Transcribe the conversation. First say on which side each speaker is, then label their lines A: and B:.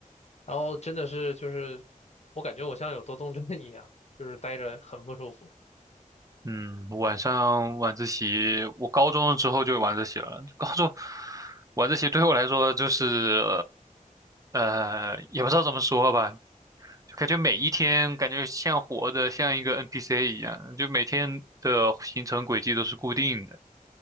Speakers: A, on the left; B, on the right.
A: 然后真的是就是我感觉我像有多动症一样，就是待着很不舒服，
B: 嗯，晚上晚自习，我高中之后就有晚自习了。高中晚自习对我来说就是，呃，也不知道怎么说吧，就感觉每一天感觉像活的，像一个 NPC 一样，就每天的行程轨迹都是固定的，